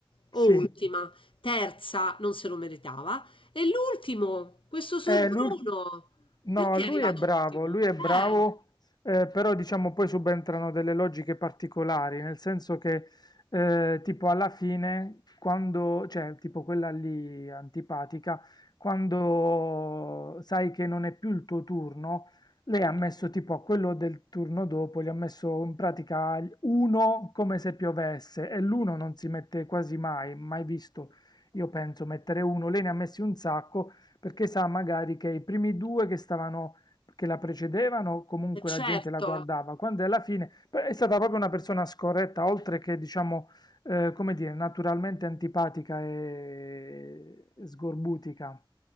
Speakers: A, on the left (about 70°); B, on the left (about 50°).
A: o
B: sì.
A: ultima, terza non se lo meritava e l'ultimo, questo Sorbruno,
B: Eh, l'ul- no,
A: perché
B: lui
A: è arrivato
B: è bravo,
A: ultimo?
B: lui
A: Eh,
B: è bravo, eh, però diciamo poi subentrano delle logiche particolari, nel senso che eh, tipo alla fine, quando, cioè tipo quella lì antipatica, quando sai che non è più il tuo turno, lei ha messo tipo a quello del turno dopo, gli ha messo in pratica uno come se piovesse e l'uno non si mette quasi mai, mai visto, io penso, mettere uno, lei ne ha messi un sacco. Perché sa magari che i primi due che stavano, che la precedevano, comunque
A: eh, certo,
B: la gente la guardava, quando alla fine beh, è stata proprio una persona scorretta, oltre che diciamo, eh, come dire, naturalmente antipatica e e sgorbutica.